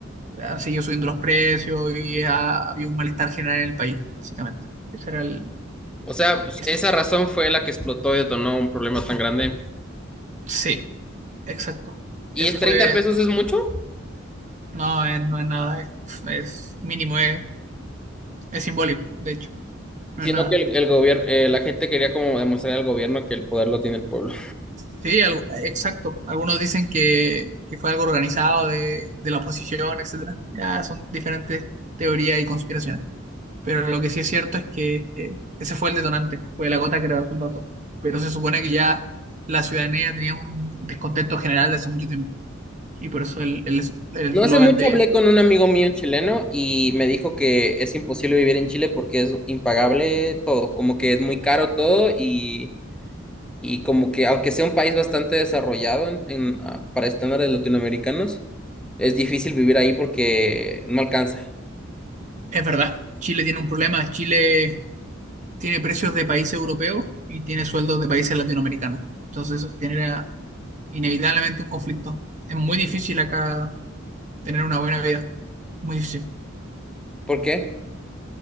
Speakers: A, on the right; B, in the centre.
A: han seguido subiendo los precios y ha, habido un malestar general en el país, básicamente. Ese era el...
B: O sea, pues,
A: ese-
B: esa razón fue la que explotó y detonó un problema tan grande.
A: sí, exacto.
B: ¿Y
A: Ese
B: es
A: fue...
B: 30 pesos es mucho?
A: No, es- no es nada, es, es mínimo, es, es simbólico, de hecho, no
B: Sino
A: es nada.
B: que el, el gobierno, eh, la gente quería como demostrar al gobierno que el poder lo tiene el pueblo.
A: Sí, algo- exacto. Algunos dicen que, que fue algo organizado de, de la oposición, etcétera. Ya son diferentes teorías y conspiraciones. Pero lo que sí es cierto es que eh, ese fue el detonante, fue la gota que rebasó el vaso. Pero se supone que ya la ciudadanía tenía un descontento general de hace mucho tiempo. Y por eso el el es- el
B: No
A: eslogan
B: hace mucho
A: de,
B: hablé con un amigo mío chileno y me dijo que es imposible vivir en Chile porque es impagable todo, como que es muy caro todo y, y como que aunque sea un país bastante desarrollado en- en, ah, para estándares latinoamericanos, es difícil vivir ahí porque no alcanza.
A: es verdad, Chile tiene un problema, Chile tiene precios de países europeos y tiene sueldos de países latinoamericanos. Entonces eso genera inevitablemente un conflicto. Es muy difícil acá tener una buena vida. Muy difícil.
B: ¿Por qué?